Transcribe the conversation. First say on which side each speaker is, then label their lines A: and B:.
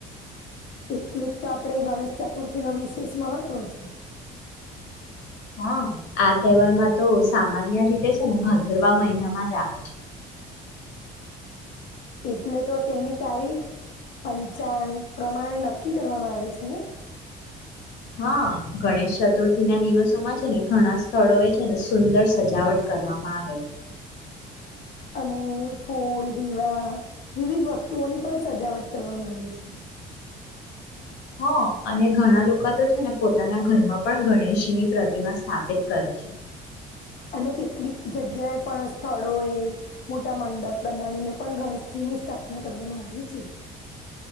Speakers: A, on the left (about 55°); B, on the left (about 85°).
A: એટલે જ તો આપણે ગણેશ ચતુર્થી ન વિશેષ મહત્વ છે
B: <unintelligible> હા આ તહેવારમાં તો સામાન્ય રીતે છે ને ભદરવા મહિનામાં જ આવે છે <unintelligible>
A: એટલે તો તેની તારીખ પંચાંગ પ્રમાણે નક્ નક્કી કરવામાં આવી છે ને
B: હા ગણેશ ચતુર્થી ના દિવસોમાં છે ને ઘણા સ્થળો એ છે ને સુંદર સજાવટ કરવામાં આવે. <unintelligible>
A: અને ફૂલ દીવા વિવિધ વસ્તુઓની પણ સજાવટ કરવામાં આવી છે
B: હ અને ઘણા લોકો તો છે ને પોતાના ઘરમાં પણ ગણેશજીની પ્રતિમા સ્થાપિત કરે <unintelligible>
A: અને કેટલીક જગ્યાએ પણ સ્થળો એ મોટા મંડપ બનાવીને પણ ગણેશ ની સ્થાપના કરવામાં આવી છે